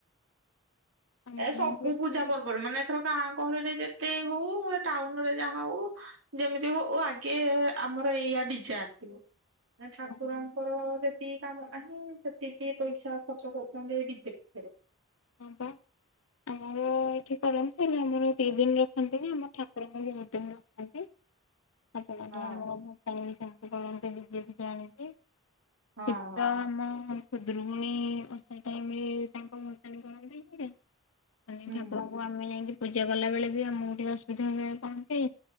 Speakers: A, on the left; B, on the right.
A: ଆମର
B: ଏ ସବୁ
A: ବି ଏଠି
B: ପୂଜା ପର୍ବରେ ମାନେ ଏଥର ଗାଁ ଗହଳିରେ ଯେତେ ହଉ ଟାଉନରେ ଯାହା ହଉ। ଯେମିତି ହଉ ଆଗେ ଆମର ଏଇଆ ଡିଜେ ଆସିବ ଠାକୁରଙ୍କର
A: ହଁ
B: ଯେ ଯେତିକି କାମ ନାହିଁ ସେତିକି ପଇସା ଖର୍ଚ୍ଚ କରୁଛନ୍ତି ଏଇ ଡିଜେ ପଛରେ।
A: ହଁ ବା ଆମର ସେଇଠି କରନ୍ତି ହେଲେ ଆମର ଦି ଦିନ ରଖନ୍ତି ନା ଆମ ଠାକୁରଙ୍କୁ ଦି ଦିନ ରଖନ୍ତି। ସେପ ଆମର
B: ହଁ
A: ଭୂଶାଣୀ ବି ସେମିତି କରନ୍ତି ଡିଜେ ଫିଜେ ଆଣିକି?
B: ହଁ
A: ଶୀତ
B: ହଁ
A: ଆମ ଖୁଦୁରୁକୁଣୀ ଓଷା ଟାଇମରେ ତାଙ୍କ <unintelligible> କଣ ଦେଇ
B: ହୁଁ
A: ଠାକୁରଙ୍କୁ ଆମେ ଯାଇକି ପୂଜା କଲାବେଳେ ବି ଆମକୁ ଟିକେ ଅସୁବିଧା ହୁଏ କଣ କି।